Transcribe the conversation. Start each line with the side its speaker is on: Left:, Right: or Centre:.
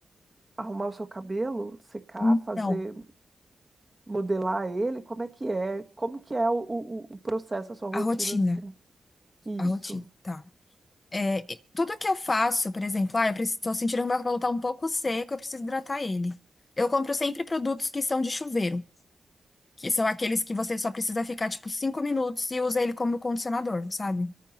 Right: arrumar o seu cabelo, secar,
Left: Então,
Right: fazer, modelar ele? Como é que é? Como que é o, o, o processo, a sua rotina,
Left: a rotina.
Right: assim? Isso.
Left: A rotina. tá. É, e- tudo que eu faço, por exemplo, ah, eu estou sentindo que meu cabelo está um pouco seco, eu preciso hidratar ele. Eu compro sempre produtos que são de chuveiro, que são aqueles que você só precisa ficar, tipo, cinco minutos e usa ele como condicionador, sabe?